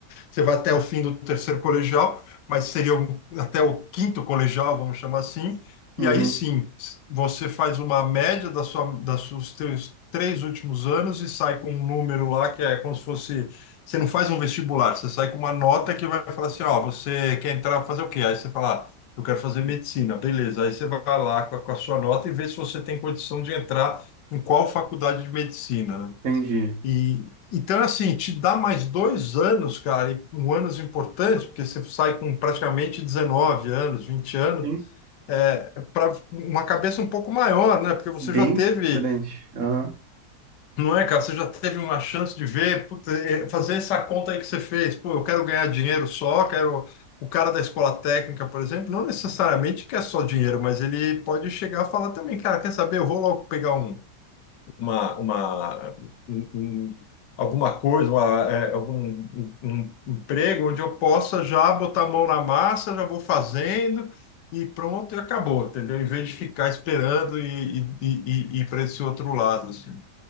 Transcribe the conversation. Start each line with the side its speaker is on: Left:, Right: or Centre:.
Left: Você vai até o fim do terceiro colegial, mas seria o- até o quinto colegial, vamos chamar assim,
Right: uhum,
Left: e aí sim, você faz uma média da sua, das seus três, três últimos anos e sai com um número lá que é como se fosse. Você não faz um vestibular, você sai com uma nota que vai falar assim: ó, você quer entrar para fazer o quê? Aí você fala eu quero fazer medicina. Beleza, aí você vai lá com a, com a sua nota e vê se você tem condição de entrar em qual faculdade de medicina, né?
Right: entendi.
Left: E então, assim, te dá mais dois anos, cara, e um anos importante, porque você sai com praticamente 19 anos, 20 anos,
Right: Sim,
Left: é, para uma cabeça um pouco maior, né? Porque você
Right: bem
Left: já teve
Right: diferente. Aham.
Left: não é, cara? Você já teve uma chance de ver, puta, é, fazer essa conta aí que você fez. Pô, eu quero ganhar dinheiro só, quero. O cara da escola técnica, por exemplo, não necessariamente quer só dinheiro, mas ele pode chegar a falar também, cara, quer saber? Eu vou logo pegar um, uma, uma, um- um- alguma coisa, uma, é, algum um, um emprego onde eu possa já botar a mão na massa, já vou fazendo e pronto, e acabou, entendeu? Em vez de ficar esperando e, e, e, e ir para esse outro lado, assim.